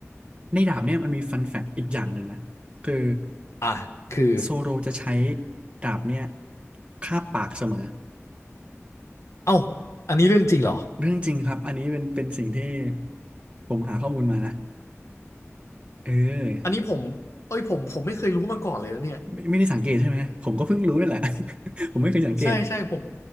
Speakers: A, on the right (about 25°); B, on the left (about 70°).
A: ในดาบเนี่ยมันมีฟันแฟกต์อีกอย่างหนึ่งนะคือ
B: อ่ะคือ
A: โซโลจะใช้ดาบเนี่ยคาบปากเสมอ
B: เอ้าอันนี้เรื่องจริงเหรอ
A: เรื่องจริงครับอันนี้เป็นเป็นสิ่งที่ผมหาข้อมูลมานะเออ
B: อันนี้ผมเอ้ยผมผมไม่เคยรู้มาก่อนเลยนะเนี่ย
A: ไม่ไม่ได้สังเกตใช่ไหมผมก็เพิ่งรู้นี่แหละ <laughs> ผมไม่เคยสังเกต
B: ใช่ใช่ผม